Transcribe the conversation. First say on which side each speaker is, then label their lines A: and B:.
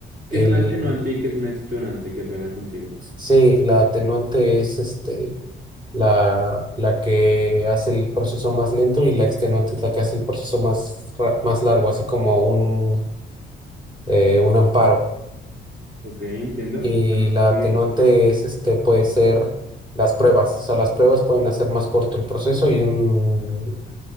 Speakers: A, on the right; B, on the right.
A: Que
B: el,
A: es un antenuante y que es un extenuante, qué pena contigo.
B: sí, la atenuante es este, la, la que hace el proceso más lento y la extenuante es la que hace el proceso más, ra- más largo, así como un, eh, un amparo.
A: Ok, entiendo.
B: Y
A: Bueno,
B: la
A: sigue.
B: atenuante es este, puede ser las pruebas, o sea, las pruebas pueden hacer más corto el proceso y un